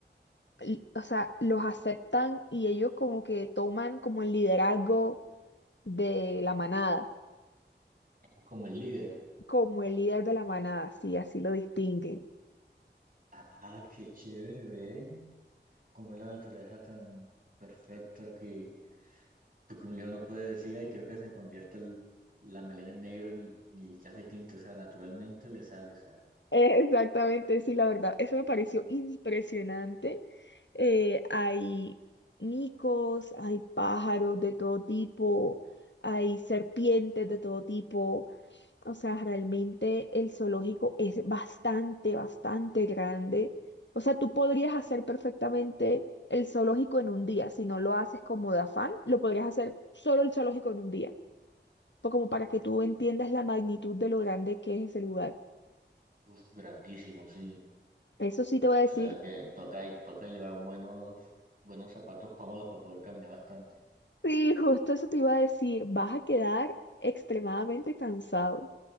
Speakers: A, on the left; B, on the right.
A: l- o sea, los aceptan y ellos como que toman como el liderazgo de la manada,
B: como el líder.
A: como el líder de la manada, sí, así lo distinguen.
B: Ah, qué chévere, ve. como es la naturaleza tan perfecta que, porque un león no puede decir, ay, creo que se me convierta el- la melena en negro ni, ni se hace tinte, o sea, naturalmente le sale, o sea,
A: Eh, Exactamente, sí, la verdad, eso me pareció impresionante. Eh, hay micos, hay pájaros de todo tipo, hay serpientes de todo tipo. O sea, realmente el zoológico es bastante, bastante grande. O sea, tú podrías hacer perfectamente el zoológico en un día. Si no lo haces como de afán, lo podrías hacer solo el zoológico en un día. Pues como para que tú entiendas la magnitud de lo grande que es ese lugar.
B: uf, grandísimo, sí.
A: Eso sí te voy a decir
B: O sea, que toca, y- toca llevar buenos, buenos zapatos cómodos para poder caminar bastante.
A: Sí, justo eso te iba a decir, vas a quedar extremadamente cansado,